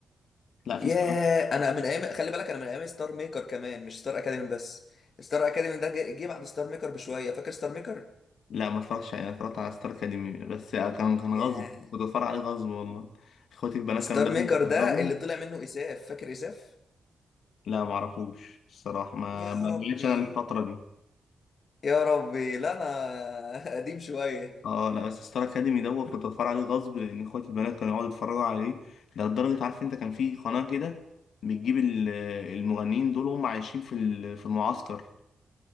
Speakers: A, on the left; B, on the left.
A: لا في
B: ياه
A: ستار
B: انا من ايام خلي بالك انا من ايام ستار ميكر كمان مش ستار اكاديمي بس ستار اكاديمي ده جه جه بعد ستار ميكر بشويه فاكر ستار ميكر
A: لا ما اتفرجتش عليه. انا اتفرجت على ستار اكاديمي بس كان كان
B: ياه
A: غصب كنت اتفرج عليه غصب والله اخواتي البنات
B: ستار
A: كانوا لازم
B: ميكر
A: يتفرجوا
B: ده اللي طلع منه اساف فاكر اساف
A: لا معرفوش الصراحة ما
B: يا
A: ما
B: ربي
A: جيتش أنا الفترة دي
B: يا ربي لا انا <laughs> قديم شويه
A: اه لا بس ستار اكاديمي دوت كنت بتفرج عليه غصب لان اخواتي البنات كانوا يقعدوا يتفرجوا عليه ده لدرجه عارف انت كان في قناه كده بتجيب ال- المغنيين دول وهم عايشين في ال- في المعسكر